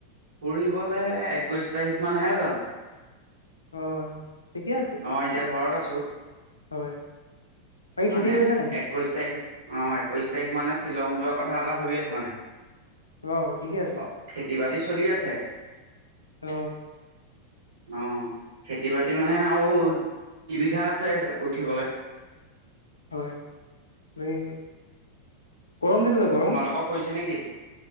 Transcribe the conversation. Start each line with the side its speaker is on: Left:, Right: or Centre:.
Right: ফুৰিবলে একৈছ তাৰিখ মানহে যাম।
Left: অ' ঠিকে আছে।
Right: অ' এতিয়া ঘৰত আছোঁ,
Left: হয় বাকী
Right: মানে
Left: খেতি কৰিছা
Right: এক
Left: নাই
Right: একৈছ তাৰিখ অ' একৈছ তাৰিখ মানে শ্বিলং যোৱাৰ কথা এটা ভাবি আছোঁ মানে।
Left: বাও ঠিকে আছে
Right: অ' খেতি বাতি চলি আছে।
Left: অ
Right: অ' খেতি বাতি মানে আৰু দু বিঘা আছে উঠিবলৈ।
Left: হয়। এই গৰম কেনেকুৱা? গৰম
Right: তোমালোকৰ কৰিছে নেকি?